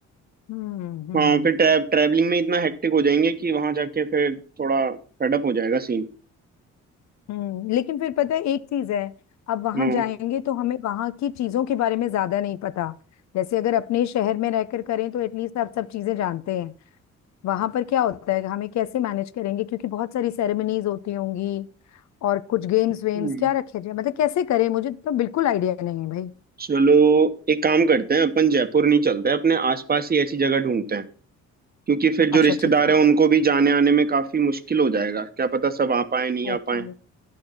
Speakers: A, on the left (about 65°); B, on the right (about 30°).
A: हम्म हम्म
B: हाँ फिर ट्रैव ट्रैवलिंग में इतना हेक्टिक हो जाएंगे कि वहां जाके फिर थोड़ा फेडअप हो जाएगा सीन
A: हम्म लेकिन फिर पता है एक चीज है अब वहां
B: हाँ
A: जाएंगे तो हमें वहां की चीजों के बारे में ज्यादा नहीं पता जैसे अगर अपने शहर में रहकर करें तो एटलीस्ट आप सब चीजें जानते हैं वहां पर क्या होता है हमें कैसे मैनेज करेंगे क्योंकि बहुत सारी सेरेमनीज होती होंगी और कुछ गेम्स
B: हम्म।
A: वेम्स क्या रखे जाए मतलब कैसे करें मुझे तो बिल्कुल आइडिया नहीं है भाई
B: चलो एक काम करते हैं अपन जयपुर नहीं चलते अपने आसपास ही ऐसी जगह ढूंढते हैं क्योंकि फिर
A: अच्छा
B: जो रिश्तेदार
A: ठीक है
B: हैं उनको भी जाने आने में काफी मुश्किल हो जाएगा क्या पता सब आ पाए नहीं आ
A: ओके
B: पाए